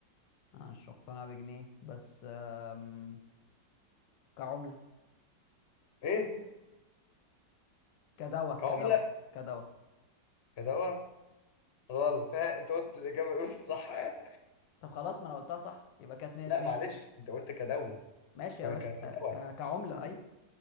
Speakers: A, on the left (about 80°); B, on the left (about 50°).
A: انا مش مقتنع بجنيه بس آم، كعمله
B: ايه
A: كدواء
B: كعمله
A: كدواء كدواء
B: كدواء غلط ها انت قلت الاجابه الاولى الصح <laughs>
A: طب خلاص ما انا قلتها صح يبقى كانت اتنين
B: لا
A: اتنين
B: معلش انت قلت كدوله
A: ماشي يا
B: ك-
A: باشا
B: كدواء
A: آه، ك- كعمله ايوه